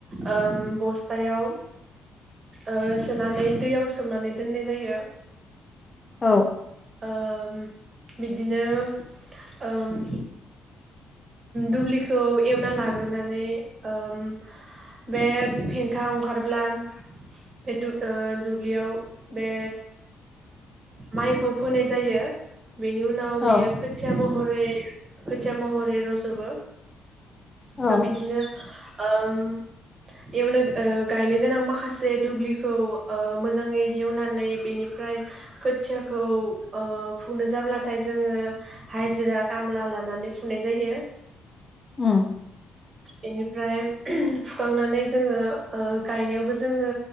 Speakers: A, on the right; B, on the left.
A: ओ बस्थायाव ओ सोनानै दैयाव सोमनानै दोननाय जायो।
B: औ
A: ओम बिदिनो ओम दुब्लिखौ एवना लाग्रोनानै ओम बे फेंखा ओंखारब्ला बे ब्लियाव बे माइखौ फोनाय जायो। बेनि उनाव
B: औ
A: बियो खोथिया महरै खोथिया महरै रज'बो
B: औ
A: दा बिदिनो ओ <unintelligible> एवनो ओ गायनो गोनां माखासे दुब्लिखौ ओ मोजाङै हेवनानै बेनिफ्राय खोथियाखौ ओ फुनो जाब्लाथाय जोङो हाजिरा खामला लाना नानै फुनाय जायो।
B: उ
A: बेनिफ्राय फुखांनानै जोङो गायनायावबो जोङो